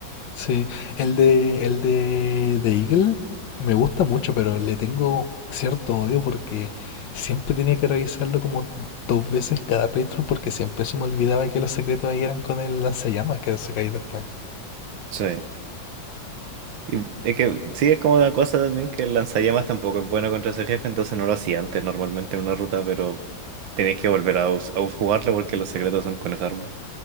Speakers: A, on the left (about 70°); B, on the right (about 75°).
A: Sí, el de, el de, de Eagle me gusta mucho, pero le tengo cierto odio porque siempre tenía que revisarlo como dos veces cada playthrough porque siempre se me olvidaba que los secretos ahí eran con el lanzallamas que sacáis después.
B: Sí. Y es que sí, es como una cosa también que el lanzallamas tampoco es bueno contra ese jefe, entonces no lo hacía antes normalmente en una ruta, pero tenéis que volver a, us- a jugarlo porque los secretos son con esa arma.